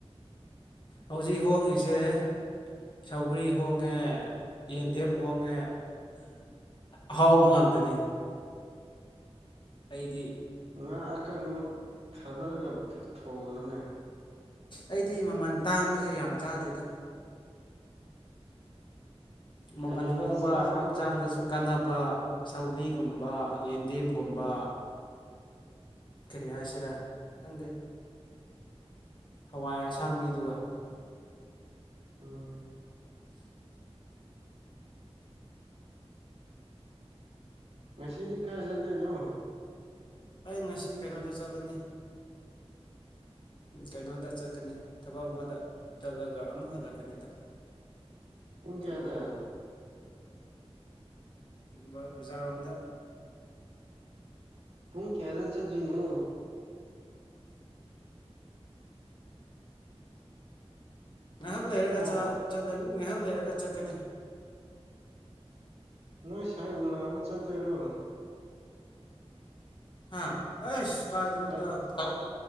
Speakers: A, on the left; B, on the right.
A: ꯍꯧꯖꯤꯛ ꯍꯣꯡꯉꯤꯁꯦ ꯁꯧꯒ꯭ꯔꯤ ꯍꯣꯡꯉꯦ ꯌꯦꯟꯗꯦꯝ ꯍꯣꯡꯉꯦ ꯑꯍꯥꯎꯕ ꯉꯥꯛꯇꯅꯤꯅꯦ ꯑꯩꯗꯤ
B: ꯉꯥ ꯑꯀꯪꯕ ꯊꯥꯗꯔꯒ ꯊꯣꯡꯉꯨꯅꯦ
A: ꯑꯩꯗꯤ ꯃꯃꯜ ꯇꯥꯡꯕꯁꯦ ꯌꯥꯝ ꯆꯥꯗꯦꯗ ꯃꯃꯜ
B: ꯀꯅꯥꯅ
A: ꯍꯣꯡꯕ
B: ꯆꯥꯕ꯭ꯔꯣ
A: ꯍꯛꯆꯥꯡꯗꯁꯨ ꯀꯥꯟꯅꯕ ꯁꯧꯒ꯭ꯔꯤꯒꯨꯝꯕ ꯌꯦꯟꯗꯦꯝꯒꯨꯝꯕ ꯀꯔꯤ ꯍꯥꯏꯁꯤꯔꯥ ꯈꯪꯗꯦ ꯍꯋꯥꯏ ꯑꯁꯥꯡꯕꯤꯗꯨꯒ
B: ꯎꯝ ꯉꯁꯤꯗꯤ ꯀꯥꯏ ꯆꯠꯇꯣꯏꯅꯣ
A: ꯑꯩ ꯉꯁꯤ ꯀꯩꯅꯣꯗ ꯆꯠꯂꯅꯤ ꯀꯩꯅꯣꯗ ꯆꯠꯀꯅꯤ ꯊꯕꯛ ꯑꯃꯗ ꯆꯠꯂꯒ ꯑꯃꯨꯛ ꯍꯜꯂꯛꯀꯅꯤꯗ
B: ꯄꯨꯡ
A: ꯊꯕꯛ
B: ꯀꯌꯥꯗ
A: ꯕꯖꯥꯔ ꯔꯣꯝꯗ
B: ꯄꯨꯨꯡ ꯀꯌꯥꯗ ꯆꯠꯇꯣꯏꯅꯣ
A: ꯉꯥꯏꯍꯥꯛ ꯂꯩꯔꯒ
B: ꯍꯥ
A: ꯉꯥꯏꯍꯥꯛ ꯂꯩꯔꯒ ꯆꯠꯀꯅꯤ
B: ꯅꯣꯏ ꯁꯥꯥꯏꯕꯨ ꯎꯅꯕ ꯆꯠꯇꯣꯏꯔꯣ
A: ꯍꯥ ꯑꯩꯁ ꯀꯥꯏꯗꯅꯣꯗ
B: ꯁꯥꯏ
A: ꯊꯕꯛ